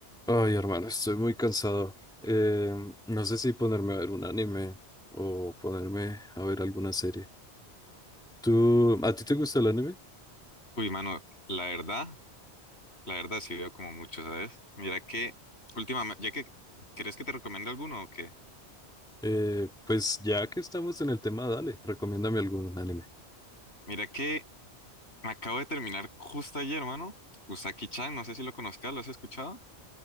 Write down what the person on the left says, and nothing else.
Uy, mano, la verdad, la verdad sí veo como mucho, ¿sabes? Mira que, últimamente, ya que, ¿querés que te recomiende alguno o qué?
Mira que me acabo de terminar justo ayer, mano, Usaki-chan, no sé si lo conozcas, ¿lo has escuchado?